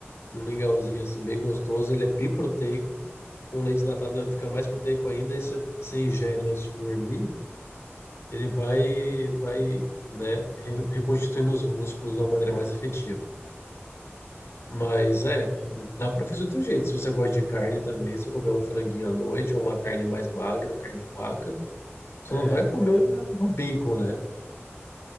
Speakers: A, on the left; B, on the left.
A: um mingauzinho assim bem gostoso, ele é bem proteico. Com leite desnatado vai ficar mais proteico ainda, e se você ingere antes de dormir, ele vai vai, né, re- reconstituindo os músculos de uma maneira mais efetiva. Mas
B: Ah,
A: é,
B: entendi.
A: dá para fazer de outro jeito. Se você gosta de carne também, se você comer um franguinho à noite ou uma carne mais magra, carne de vaca, você
B: É,
A: não vai comer
B: eu,
A: um, um bacon, né?